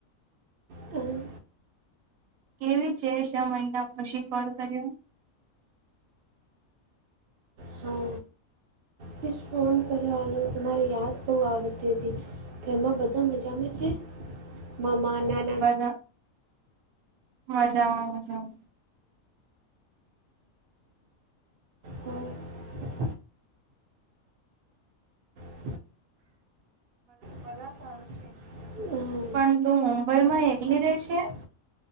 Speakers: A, on the right (about 65°); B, on the right (about 80°).
A: કે. હમ.
B: કેવી છે છ મહિના પછી કોલ કર્યો.
A: હા પ્લીઝ ફોન કર્યો હાલો તમારી યાદ બહુ આવતી હતી. ઘરમાં બધા મજામાં છે મામા ના
B: બધા મજામાં, મજામાં.
A: હા. <inaudible> બધુ સારું છે હમ
B: પણ તું મુંબઈમાં
A: મુંબઈ
B: એકલી રહેશે
A: એટલી.